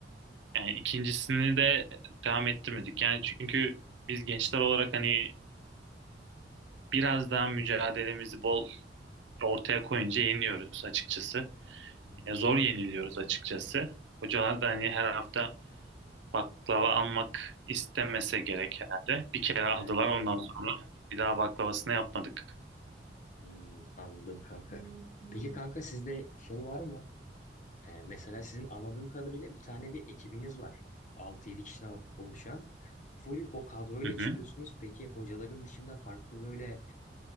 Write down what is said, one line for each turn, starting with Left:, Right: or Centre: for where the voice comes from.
Right: Yani ikincisini de devam ettirmedik. Yani çünkü biz gençler olarak hani biraz daha mücadelemizi bol ortaya koyunca yeniyoruz açıkçası.
Left: Hmm.
Right: Ya zor yeniliyoruz açıkçası. Hocalar da hani her hafta baklava almak istemese gerek herhalde. Bir kere aldılar
Left: Evet evet.
Right: ondan sonra bir daha baklavasını yapmadık.
Left: Hmm, anladım kanka. Peki Hmm. kanka sizde şey var mı? Ee, mesela sizin anladığım kadarıyla bir tane bir ekibiniz var. altı yedi kişiden oluşan. Full o kadroyla
Right: Hı hı.
Left: çıkıyorsunuz. Peki hocaların dışında farklı böyle